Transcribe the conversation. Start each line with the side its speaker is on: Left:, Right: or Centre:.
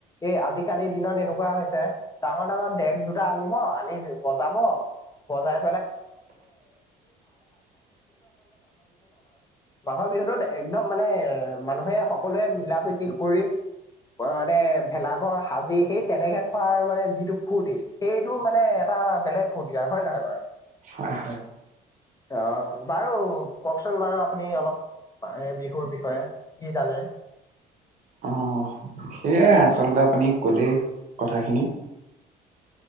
Left: এই আজিকালিৰ দিনত এনেকুৱা হৈছে ডাঙৰ ডাঙৰ দেক দুটাত উম আনি দিও বজাব বজাই। মাঘৰ বিহুটোত একদম মানে মানুহে সকলোৱে মিলা প্ৰতি কৰি। অ মানে ভেলাঘৰ সাজি সেই তেনেকে খোৱাৰ মানে যিটো ফূৰ্তি, সেইটো মানে এটা বেলেগ ফূৰ্তি আৰু হয নে নহয় বাৰু?
Right: হয় হয়।
Left: অ, বাৰু কওকচোন বাৰু আপুনি অলপ। এ, বিহুৰ বিষয়ে কি জানে?
Right: অ সেয়াই আচলতে আপুনি ক'লেই কথাখিনি।